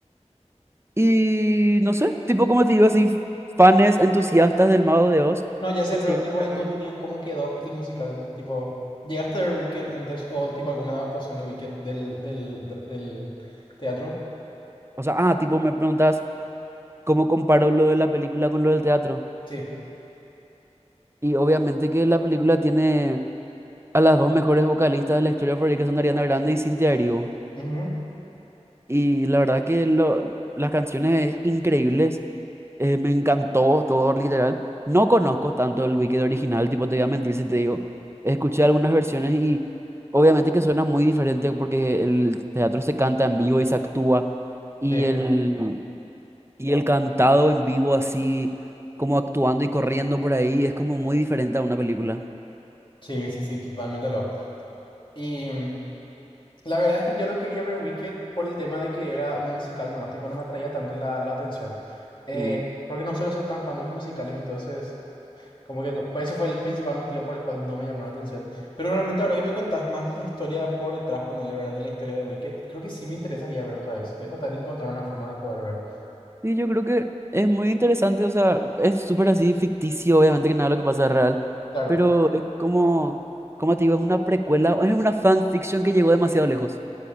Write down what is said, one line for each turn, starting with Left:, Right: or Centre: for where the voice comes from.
Right: Y no sé, tipo, como te digo, así, fans entusiastas del Mago de Oz
Left: No, ya sé,
Right: decidieron
Left: pero tipo,
Right: crear.
Left: en tu opinión, ¿cómo quedó el musical? Tipo, ¿llegaste a ver Wicked antes o tipo alguna adaptación de Wicked del, del, del teatro?
Right: O sea, ah, tipo, me preguntas cómo comparo lo de la película con lo del teatro.
Left: Sí.
Right: Y obviamente que la película tiene. a las dos mejores vocalistas de la historia por ahí, que son Ariana Grande y Cynthia Erivo.
Left: Ujú,
Right: Y la verdad que lo- las canciones increíbles, eh, me encantó todo, literal. No conozco tanto el Wicked original, tipo, te voy a mentir si te digo. Escuché algunas versiones y obviamente que suena muy diferente porque el teatro se canta en vivo y se actúa. Y
Left: Sí.
Right: el, y el cantado en vivo así, como actuando y corriendo por ahí, es como muy diferente a una película.
Left: Sí, sí, sí, totalmente lo. Y mm, la verdad es que yo no quería ver Wicked por el tema de que era un musical nomás, tipo, no me atraía tanto la, la atención. Eh,
Right: Mm.
Left: porque no suelo ser tan fan de los musicales, entonces, como que no, pues eso fue el principal motivo por el cual no me llamó la atención. Pero realmente ahora que me contás más la historia por detrás, ponerle verdad de la historia de Wicked, creo que sí me interesaría ver otra vez. Voy a tratar de encontrar una forma de poder ver.
Right: Sí, yo creo que es muy interesante, o sea, es súper así ficticio, obviamente que nada de lo que pasa es real,
Left: Claro,
Right: pero es como, como te digo, es una precuela, es una fanfiction que llegó demasiado lejos.